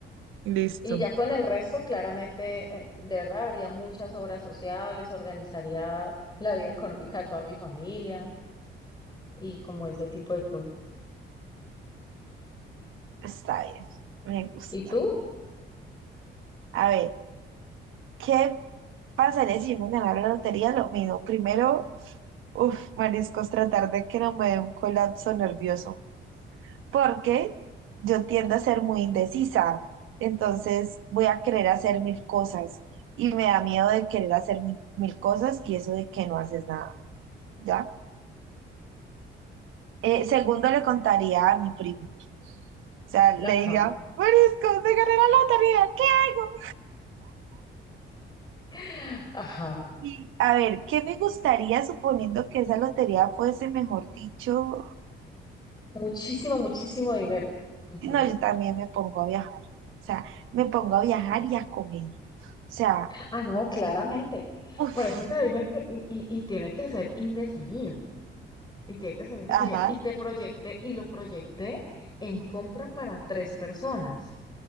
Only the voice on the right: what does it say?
Listo.
Está bien, me gusta.
A ver, ¿qué pasaría si yo me ganara la lotería? Lo mismo, primero Uf, mariscos, tratar de que no me dé un colapso nervioso, porque yo tiendo a ser muy indecisa, entonces voy a querer hacer mil cosas y me da miedo de querer hacer mil, mil cosas y eso de que no haces nada, ¿ya? Eh, segundo, le contaría a mi prima, o sea, le
diría, mariscos, me gané la lotería, ¿qué hago?
Y a ver, ¿qué me gustaría suponiendo que esa lotería fuese, mejor dicho,
No, yo también me pongo a viajar. O sea, me pongo a viajar y a comer. O sea,
uff,
ajá,